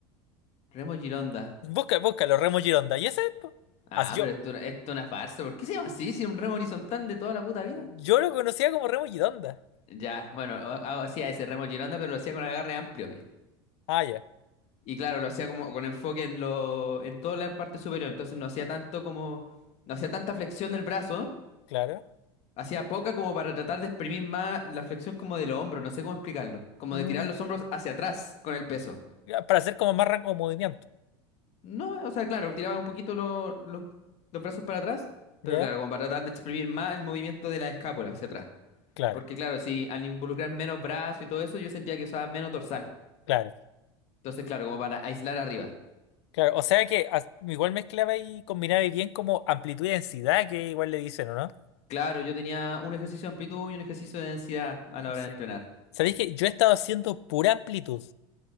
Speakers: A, on the left; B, on the left.
A: Remo Gironda.
B: Busca, búscalo, Remo Gironda. Y ese, es, po.
A: Ah,
B: As- yo,
A: pero esto, esto es una farsa. ¿Por qué se llama así? Si es un remo horizontal de toda la puta vida.
B: yo lo conocía como Remo Gironda.
A: Ya, bueno, ha- ha- hacía ese remo Gironda, pero lo hacía con agarre amplio.
B: Ah, ya,
A: Y claro, lo hacía como con enfoque en lo, en toda la parte superior. Entonces no hacía tanto como, no hacía tanta flexión del brazo
B: claro.
A: Hacía poca como para tratar de exprimir más la flexión como de los hombros, no sé cómo explicarlo. Como
B: Mm,
A: de tirar los hombros hacia atrás con el peso.
B: para hacer como más rango de movimiento.
A: No, o sea, claro, tiraba un poquito lo- lo- los brazos para atrás, pero
B: ¿Ya?
A: claro, como para tratar de exprimir más el movimiento de la escápula hacia atrás.
B: Claro,
A: Porque claro, si al involucrar menos brazos y todo eso, yo sentía que usaba menos dorsal.
B: claro,
A: Entonces, claro, como para aislar arriba.
B: claro. O sea que as- igual mezclaba y combinaba bien como amplitud y densidad, que igual le dicen, ¿o no?
A: Claro, yo tenía un ejercicio de amplitud y un ejercicio de densidad a la hora
B: Sí.
A: de entrenar.
B: ¿Sabéis que yo he estado haciendo pura amplitud?